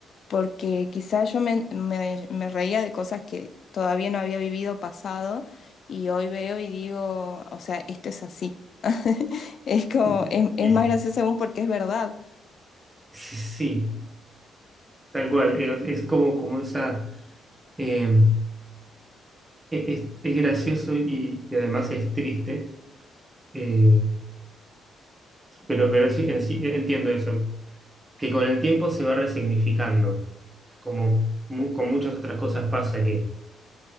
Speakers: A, on the left; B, on the right.
A: porque quizás yo me, me me reía de cosas que todavía no había vivido pasado y hoy veo y digo, o sea, esto es así. <laughs> Es como,
B: ujú.
A: es, es
B: Sí,
A: más
B: sí.
A: gracioso aún porque es verdad.
B: Sí, tal cual. Es, es como, como esa... eh, es, es gracioso y, y además es triste, eh, pero, pero sí, en sí, entiendo eso. que con el tiempo se va resignificando, como mu- con muchas otras cosas pasa que,